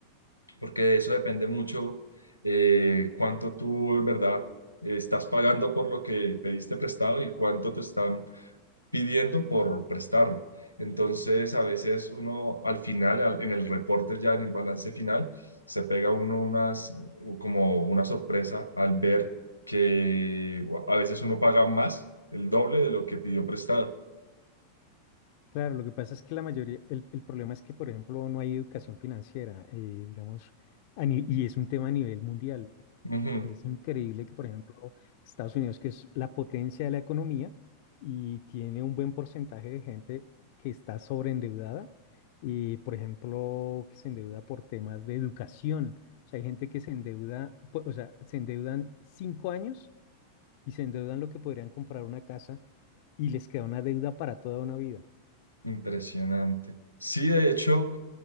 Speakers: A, on the left; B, on the left.
A: porque de eso depende mucho eh, cuánto tú en verdad estás pagando por lo que pediste prestado y cuánto te están pidiendo por prestarlo. Entonces, a veces uno al final, al- en el reporte ya, en el balance final, se pega uno unas, como una sorpresa al ver que a veces uno paga más, el doble de lo que pidió prestado.
B: Claro, lo que pasa es que la mayoría, el, el problema es que, por ejemplo, no hay educación financiera, eh, digamos, a ni- y es un tema a nivel mundial.
A: Ujú.
B: Es increíble que, por ejemplo, Estados Unidos, que es la potencia de la economía y tiene un buen porcentaje de gente que está sobreendeudada y, por ejemplo, que se endeuda por temas de educación. O sea, hay gente que se endeuda, pu- o sea, se endeudan cinco años y se endeudan lo que podrían comprar una casa y les queda una deuda para toda una vida.
A: Impresionante. Sí, de hecho,